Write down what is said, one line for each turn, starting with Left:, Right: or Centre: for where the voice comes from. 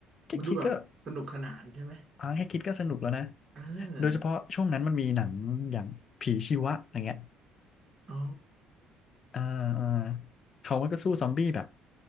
Left: แค่คิดก็
Right: มันดูแบบสนุกสนานใช่ไหม
Left: อ่าแค่คิดก็สนุกแล้วนะ
Right: เออ
Left: โดยเฉพาะช่วงนั้นมันมีหนังอย่างผีชีวะอย่างเงี้ย
Right: อ๋อ
Left: อ่าอ่าเขามันก็สู้ซอมบี้แบบ